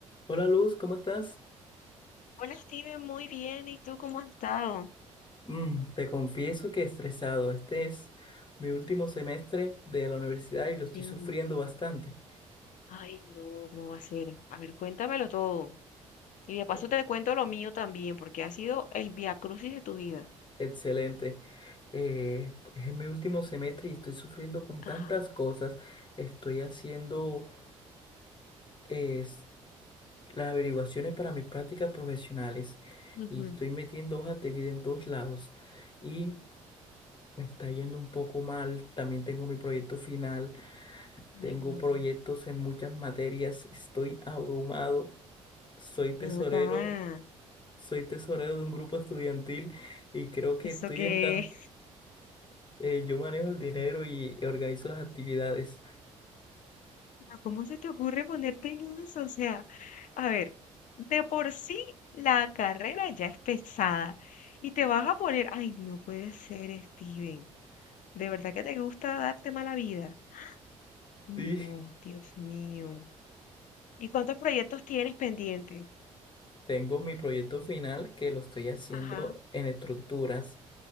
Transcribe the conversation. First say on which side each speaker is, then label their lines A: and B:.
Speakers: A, on the left (about 30°); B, on the left (about 50°).
A: Hola Luz, ¿cómo estás?
B: Hola Steven, muy bien. ¿Y tú cómo has estado?
A: Mm, te confieso que estresado. Este es mi último semestre de la universidad y lo estoy
B: Sí.
A: sufriendo bastante.
B: Ay, no, ¿cómo va a ser? A ver, cuéntamelo todo. Y de paso
A: Eh,
B: te cuento lo mío también, porque ha sido el viacrucis de tu vida.
A: excelente. Eh, pues, es mi último semestre y estoy sufriendo con
B: Ajá.
A: tantas cosas. Estoy haciendo eh, s- las averiguaciones para mis prácticas profesionales
B: Ujú.
A: y estoy metiendo hojas de vida en todos lados y me está yendo un poco mal. También tengo mi proyecto final. Tengo
B: Ay, no.
A: proyectos en muchas materias, estoy abrumado, soy tesorero,
B: Ven acá.
A: soy tesorero de un grupo estudiantil y creo que
B: ¿Eso
A: estoy
B: qué?
A: en tan,
B: es?
A: eh, yo manejo el dinero y organizo las actividades.
B: <laughs> Pero, ¿Cómo se te ocurre ponerte en eso? O sea, a ver, de por sí la carrera ya es pesada. Y te vas a poner, ay, no puede ser, Steven. De verdad que te gusta darte mala vida. No,
A: Sí,
B: Dios mío. ¿Y cuántos proyectos tienes pendiente?
A: tengo mi proyecto final que lo estoy haciendo
B: Ajá.
A: en estructuras